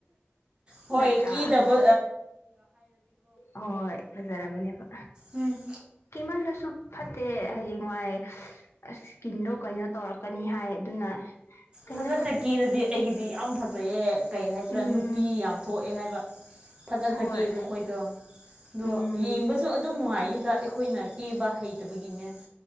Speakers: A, on the right; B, on the left.
A: ꯍꯣꯏ
B: ꯅꯠꯇ꯭ꯔꯥ
A: ꯀꯦꯗꯕ
B: ꯍꯣꯏ ꯐꯖꯔꯕꯅꯦꯕ
A: ꯎꯝ
B: ꯀꯤꯃꯜꯂꯁꯨ ꯐꯠꯇꯦ ꯍꯌꯦꯡꯋꯥꯏ ꯑ ꯁꯀꯤꯟꯗꯣ ꯀꯩꯅꯣ ꯇꯧꯔꯛꯀꯅꯤ ꯍꯥꯏ ꯑꯗꯨꯅ ꯀꯩꯅꯣ
A: ꯐꯖꯅ ꯀꯦꯔꯗꯤ ꯑꯩꯒꯤꯗꯤ ꯌꯥꯝ ꯐꯖ ꯐꯖꯩ ꯀꯩ ꯍꯥꯏꯁꯤꯔꯥ
B: ꯎꯝ
A: ꯅꯨꯄꯤ ꯌꯥꯝ ꯊꯣꯛꯑꯦ ꯍꯥꯏꯕ ꯐꯖꯅꯒꯦꯕ
B: ꯍꯣꯏ
A: ꯑꯩꯈꯣꯏꯗꯣ ꯑꯗꯣ
B: ꯎꯝ
A: ꯌꯦꯡꯕ ꯁꯨ ꯑꯗꯨꯝ ꯅꯨꯡꯉꯥꯏꯗ ꯑꯩꯈꯣꯏꯅ ꯀꯦꯕ ꯍꯩꯇꯕꯒꯤꯅꯦ